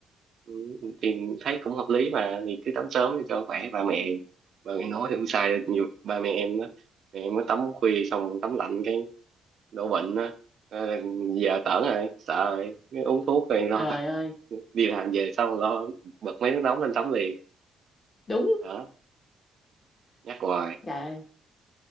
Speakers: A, on the right (about 60°); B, on the left (about 30°).
A: Ừ, thì thấy cũng hợp lý mà thì cứ tắm sớm thì cho khỏe ba mẹ ba mẹ nói thì không sai đâu nhiều ba mẹ em đó mẹ em mới tắm khuya xong tắm lạnh cái đổ bệnh đó Ờ, là giờ tởn rồi sợ rồi mới uống thuốc rồi lo
B: trời
A: tắm
B: ơi
A: đi làm về xong lo bật mấy nước nóng lên tắm liền
B: đúng
A: đó nhắc hoài
B: trời ơi.